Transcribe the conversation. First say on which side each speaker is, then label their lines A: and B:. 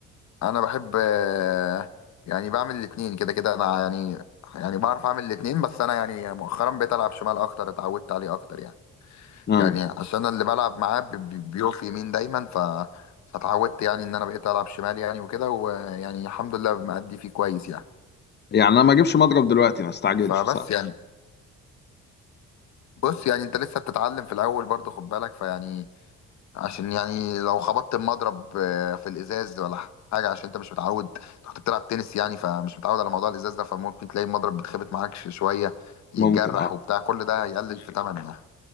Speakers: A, on the left (about 65°); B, on the left (about 35°).
A: انا بحب آه، يعني بعمل الاتنين كده كده انا يعني يعني بعرف اعمل الاتنين بس انا يعني مؤخرا بقيت العب شمال اكتر اتعودت عليه اكتر يعني
B: امم
A: يعني عشان اللي بلعب معاه بي- بي- بيقف يمين دايما ف فاتعودت يعني ان انا بقيت العب شمال يعني وكده ويعني الحمد لله مأدي فيه كويس يعني
B: يعني انا ما اجيبش مضرب دلوقتي ما استعجلش
A: فبس
B: صح
A: يعني بص يعني انت لسه بتتعلم في الاول برضه خد بالك فيعني عشان يعني لو خبطت المضرب آه، في الازاز ولا حاجه عشان انت مش متعود انت كنت بتلعب تنس يعني فمش متعود على موضوع الازاز ده فممكن تلاقي المضرب بيتخبط معاك ش- شويه يتجرح
B: ممكن اه
A: وبتاع كل ده هيقلل في ثمنها